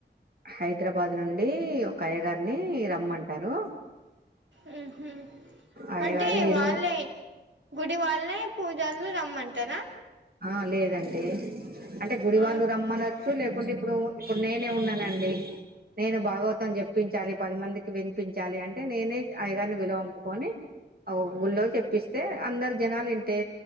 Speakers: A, on the right (about 55°); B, on the right (about 80°).
A: హైదరాబాద్ నుండి ఒక అయ్య గారిని రమ్మంటారు
B: మ్మ్ హ్
A: అయ్యగారు
B: అంటే
A: ఈరోజు
B: వాళ్ళే గుడి వాళ్ళే పూజారులు రమ్మంటారా
A: ఆ లేదండి అంటే గుడివాళ్ళు
B: ఆ
A: రమ్మనొచ్చు లేకుంటే ఇప్పుడు ఇప్పుడు నేనే ఉన్నానండి నేను భాగవతం చెప్పించాలి పది మందికి వినిపించాలి అంటే నేనే అయ్యగారిని విలువంపుకొని ఆ గుళ్ళో చెప్పిస్తే అందరు జనాలు వింటే